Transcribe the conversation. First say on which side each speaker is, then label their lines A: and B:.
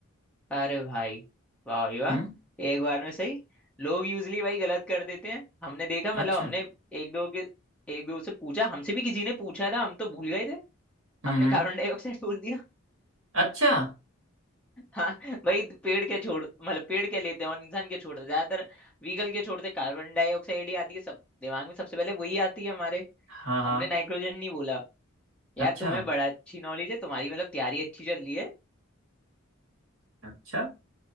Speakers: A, in the centre; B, on the right.
A: अरे भाई वाह भाई वाह
B: हम्म
A: एक बार में सही लोग यूजली भाई गलत कर देते हैं हमने देखा
B: अच्छा
A: मतलब हमने एक दो के एक दो से पूछा हमसे भी किसी ने पूछा था हम तो भूल गए थे
B: हम्म
A: हमने
B: हम्म
A: कार्बन डाइऑक्साइड बोल दिया
B: अच्छा
A: हाँ भाई पेड़ क्या छोड़ मतलब पेड़ क्या लेते हैं और इंसान क्या छोड़ते हैं ज्यादातर व्हीकल क्या छोड़ते हैं कार्बन डाइऑक्साइड ही आती है सब दिमाग में सबसे पहले वही आती है हमारे
B: हाँ हाँ
A: हमने नाइट्रोजन नहीं बोला यार
B: अच्छा
A: तुम्हें बड़ा अच्छी नॉलेज है तुम्हारी मतलब तैयारी अच्छी चल रही है
B: अच्छा